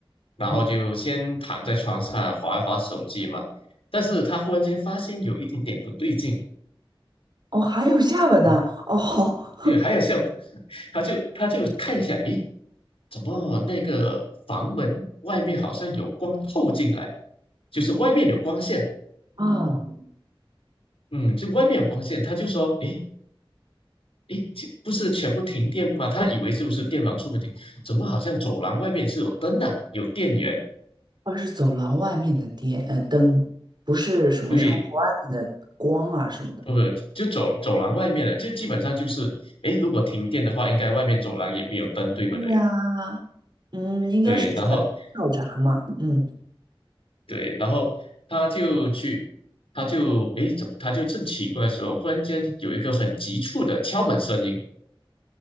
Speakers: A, on the left; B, on the right.
A: 然后就先躺在床上划一划手机嘛。
B: 嗯
A: 但是他忽然间发现有一点点不对劲，
B: 哦，还有下文呢、
A: 嗯，
B: 哦，好 <laughs>
A: 就还有像，<laughs> 他就他就看一下，诶，怎么那个房门外面好像有光透进来，就是外面有光线，
B: 啊，
A: 嗯，就外面有光线，他就说，诶，诶，这不是全部停电吗？他以为就是电网出问题，怎么好像走廊外面是有灯啊，有电源？
B: 它是走廊外面的电呃灯，不是什么窗户外面的光啊什么的。
A: 对，不是，就走走廊外面了。就基本上就是，诶，如果停电的话，应该外面走廊也没有灯，对不对？
B: 哎呀，嗯，应该是全跳闸嘛。
A: 对，然后
B: 嗯，
A: 对，然后他就去，他就诶，怎么他就正奇怪的时候，忽然间有一个很急促的敲门声音，